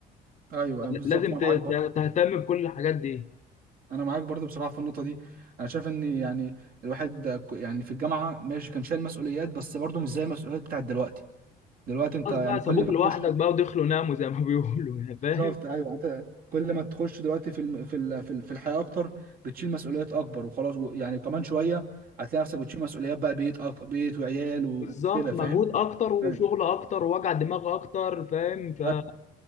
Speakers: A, on the right (about 60°); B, on the left (about 45°).
A: ايوه أيوة، بالظبط
B: لازم
A: انا
B: ت-
A: معاك
B: ت-
A: برضه
B: تهتم بكل الحاجات دي
A: انا معاك برضه بصراحه في النقطه دي انا شايف ان يعني الواحد آه، ك- يعني في الجامعه ماشي كان شايل مسؤوليات بس برضه مش زي المسؤوليات بتاعت دلوقتي دلوقتي انت
B: خلاص
A: يعني
B: بقى
A: كل
B: سابوك
A: ما
B: لوحدك
A: تخش
B: بقى ودخلوا ناموا زي ما <laughs> بيقولوا يعني
A: بالظبط
B: فاهم
A: ايوه يعني انت كل ما تخش دلوقتي في الم... في ال... في ال- في الحياه اكتر بتشيل مسؤوليات اكبر وخلاص و... يعني كمان شويه هتلاقي نفسك بتشيل مسؤوليات بقى بيت أك... بيت وعيال وكده
B: بالظبط
A: فاهم
B: مجهود اكتر وشغل
A: أيوة.
B: اكتر ووجع دماغ اكتر فاهم ف...
A: أيوة،